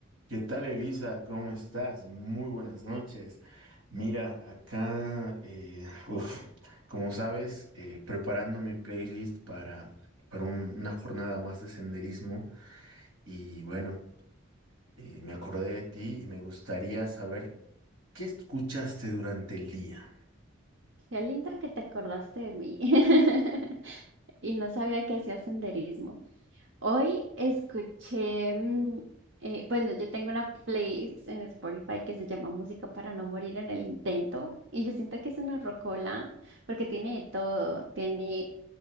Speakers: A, on the right; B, on the right.
A: ¿Qué tal, Elisa? ¿Cómo estás? Muy buenas noches. Mira, acá, eh, uf, como sabes, eh, preparando mi playlist para, para un- una jornada más de senderismo y bueno, eh, me acordé de ti y me gustaría saber qué escuchaste durante el día.
B: Qué lindo que te acordaste de mí. <laughs> Y no sabía que hacía senderismo. Hoy escuché, mm, eh, bueno, yo tengo una playlist en Spotify que se llama Música para no morir en el intento. Y yo siento que es una rocola porque tiene de todo. Tiene